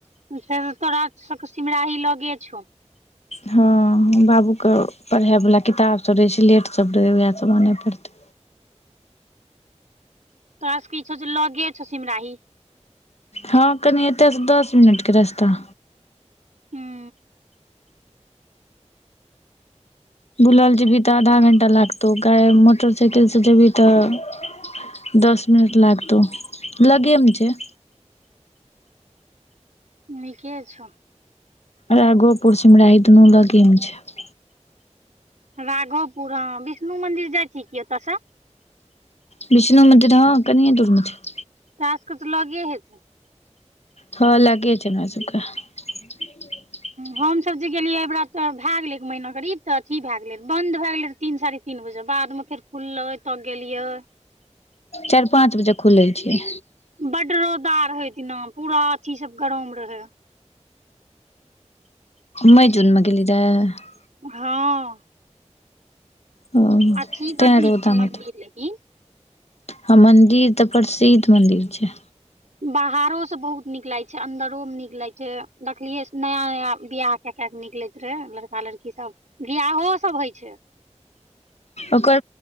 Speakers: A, on the right; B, on the left.
A: से त तोरा सब के सिमराही लगे छौ।
B: हाँ, बाबू क पढ़े वाला किताब सब रहे, स्लेट सब रहे, उहे सब आने पड़ते
A: तोराास क छौ छ। लगे छौ। सिमराही
B: हँ कनि एतय सँ दस मिनटके रास्ता।
A: हूँ
B: बुलि क' जेबही तऽ आधा घंटा लागतौ। आओर मोटरसाइकिल सँ जँ जेबही तऽ कम समय लागतौ दस मिनट लागतौ लगेम छै।
A: नीक छ।
B: राघोपुर सिमराही दुनू लगे मे छै।
A: राघोपुर ह विष्णु मंदिर जाइ छी। की ओतय से
B: विष्णु मन्दिर हँ कनिए दूर मे छै
A: तोरा सब के त लगे हेतै।
B: हँ लागे छै। हमरा सब के नहि। <unintelligible>
A: हमस जे गेलियै एहिबरा तऽ'भए गेलै। एक महना करीब तऽ' अथी भए गेलै। बन्द भए गेलै तीन साढ़े तीन बजे बाद मे फेर खुललै तब गेलियै।
B: चारि पाँच बजे खुलल छियै।
A: बड रौदा हे दिना पूरा अथी सब गर मे रहे।
B: मइ झुनमे गेलेली त
A: हँ।
B: ओ
A: अथी
B: तैं
A: बड नीक
B: रौदामे
A: छै। मंदिर लेकिन
B: हँ मन्दिर तऽ'प्रसिद्ध मन्दिर छै।
A: बाहरो से बहुत निक लाग छै। अंन्दरो मे निक लाग छै। देखलियै नया नया बियाह। क, क के निकलैत रहे लड़का लड़की सब बिियाह सब होइ छै।
B: ओकर